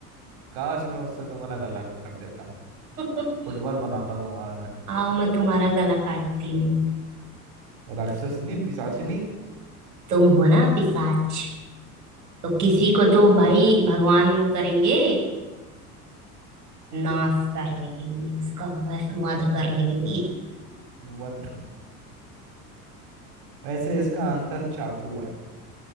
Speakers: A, on the right; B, on the right.
A: काश मैं उससे तुम्हारा गला काट देता
B: <laughs>
A: फुटबॉल बनाता तुम्हारा मैं
B: आओ मैं तुम्हारा गला काटती हूँ
A: राक्षसनी पिशाचिनी
B: तुम हो ना पिशाच तो किसी को तो भाई भगवान वो करेंगे नाश करने के लिए उसका वध वध
A: <laughs>
B: करने के लिए
A: वध वैसे इसका आंसर चाकू है